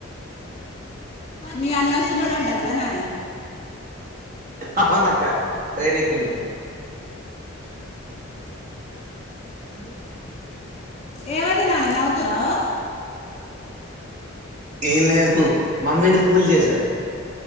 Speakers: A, on the left; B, on the right.
A: నీ అన్న వస్తున్నాడుంట కదా నానే
B: అవునక్కా ట్రైనేక్కిం ఇద
A: ఏమైంది నానే నవ్వుతున్నావ్
B: ఏం లేదు మమ్మీని ఫూల్ చేసా